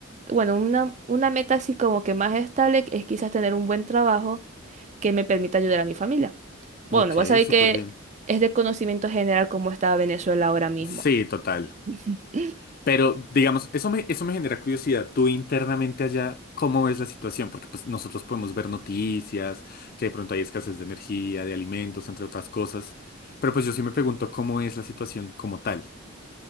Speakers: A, on the right (about 35°); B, on the left (about 45°).
A: bueno, una, una meta así como que más estable es quizás tener un buen trabajo que me permita ayudar a mi familia. Bueno,
B: Ok,
A: vos sabés
B: súper
A: que
B: bien.
A: es de conocimiento general cómo está Venezuela ahora mismo.
B: Sí, total.
A: <laughs>
B: Pero digamos, eso me, eso me genera curiosidad. Tú internamente allá, ¿cómo ves la situación? Porque pues nosotros podemos ver noticias, que de pronto hay escasez de energía, de alimentos, entre otras cosas. Pero pues yo sí me pregunto cómo es la situación como tal.